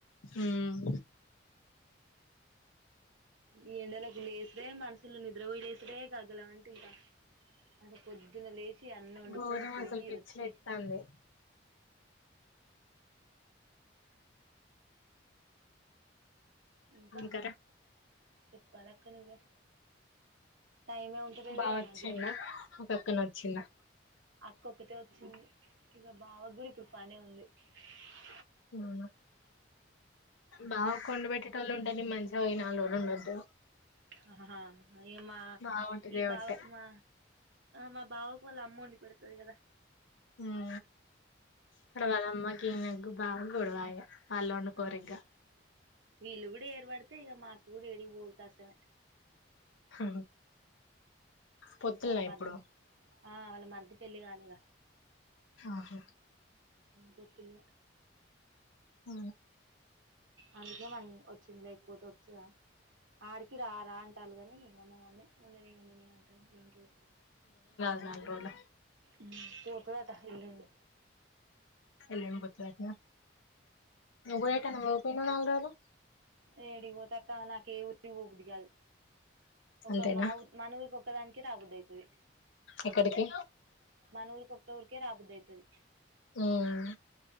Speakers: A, on the left; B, on the right.
A: ఉమ్
B: ఈ ఎండలకు లేసుడే మనుషులు నిద్ర పోయీ లేసు డే కాగల అంటే ఇంకా అదే పొద్దున లేచి అన్ని వండుకొని
A: ఘోరం
B: పొయ్యి
A: అసలు పిచ్చి
B: వచ్చి
A: లేత్తాంది
B: ఇంకా
A: అందుకరా
B: చెప్పాలక్క నువ్వే టైమే ఉంటలేదుగా
A: బావ
B: ఈ
A: వచ్చిండ
B: మధ్య
A: పక్కన వచ్చింనా
B: అక్క ఒక్కతే వచ్చింది ఇక బావ కూడా ఇప్పుడు పనే ఉంది స్
A: అవునా బావకు వండి పెట్టేటోళ్లు ఉంటే నేను మంచిగా పోయి నాలుగు రోజులు ఉండి వద్దును
B: ఆహా హా ఇ మా
A: బాగుంటది
B: ఈ
A: కాబట్టే
B: బవ మా మా బావా వాళ్ల అమ్మ వండి పెడుతాది కదా
A: ఉమ్ పడ్వలమ్మ ఇనెగ్ బాగ గొడవయ అల్లోను కోర్రిగా
B: ఆ వీళ్ళు కూడా ఏర్పడితే ఇక మాకు ఎడిగిపోవు కష్టమే
A: హ పొత్తుల్న
B: ఇంకా వాళ్ళ మరిది
A: ఇప్పుడు
B: ఆ వాళ్ళ మరిది పెళ్లి కాలేగ
A: ఆహ
B: పొత్తున్న
A: అ
B: అందుకే మనం వచ్చింది లేకపోతే వచ్చద ఆడికి రా రా అంటాలు కని ఇగ మ మమ్మీ ఉండని ఉండని అంటుంది రెండు రోజులు
A: నాల్ రోళ్ళ
B: ఉమ్ పొత్డట్ ఎల్లుండి
A: ఎల్లుండి పోతాడత్న నువ్ గుడ ఎటైనా పోత్ ఎన్ని నల్రోలు
B: ఏడి పోతక్క నాక ఎ ఊరికి పో బుద్ధి కాదు ఒక
A: అంతేనా
B: మా ఊ మన ఊరిక ఒక్కదానికి రాబోదువుతుది
A: ఎక్కడికి
B: మన ఊరిక ఒక్క ఊరికే రాబుద్ అయితది
A: ఉమ్